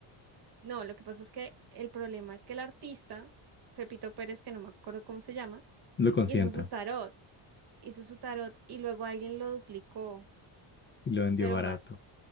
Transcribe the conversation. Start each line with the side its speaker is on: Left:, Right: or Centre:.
Right: no, lo que pasa es que el problema es que el artista, Pepito Pérez, que no me acuerdo cómo se llama,
Left: Lo consienta.
Right: hizo su tarot, hizo su tarot y luego alguien lo duplicó
Left: Y lo vendió
Right: pero
Left: barato.
Right: más